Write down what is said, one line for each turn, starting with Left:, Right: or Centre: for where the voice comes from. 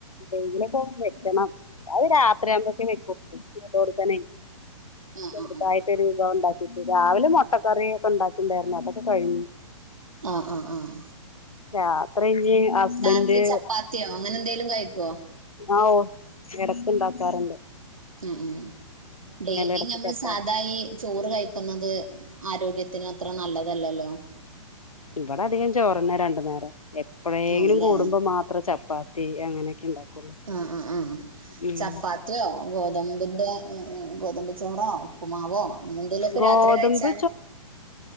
Left: എെയില പോ വെക്കണം അത് രാത്രിയാവുമ്പക്കെ വെക്കും അതോടു തനെ
Right: ആ
Left: ശരി
Right: ആ ആ
Left: ബായിട്ടറി ബൗണ്ടാക്കി രാവിലെ മുട്ടക്കറിയ ഒക്കെ ഉണ്ടാക്കില്ലായിരുന്നു അതൊക്കെ കഴിഞ്ഞു
Right: ആഹ ആ ആഹ
Left: രാത്രി ഇനി ഹസ്ബൻഡ്
Right: രാത്രി ചപ്പാത്തിയോ അങ്ങനെ എന്തെലും കഴിക്കുവോ
Left: ആ ഇടക്കുണ്ടാക്കാറുണ്ട്ോ
Right: ഉ ഉം ഡെയിലി
Left: ഇടക്ക്
Right: നമ്മൾ
Left: ചപ്പാത്തി
Right: സാധായി ചോറ് കഴിക്കുന്നത് ആരോഗ്യത്തിന് അത്ര നല്ലതല്ലല്ലോ
Left: ഇവിടെ അധികം ചോറിന്ന രണ്ടു നേരം എപ്പോഴെങ്കിലും
Right: ആണല്ലേ
Left: കൂടുമ്പോ മാത്രമേ ചപ്പാത്തി അങ്ങനെയൊക്കെ ഉണ്ടാക്കുള്ളൂ
Right: ആ ആ ആ
Left: ഉ
Right: ചപ്പാത്തിയോ ഗോതമ്പിന്റെ ഏർ ഗോതമ്പച്ചോറോ ഉപ്പുമാവോ അങ്ങനെ എന്തേലുമൊക്കെ
Left: ഗോതമ്പ്
Right: രാത്രി കഴിച്ചാല്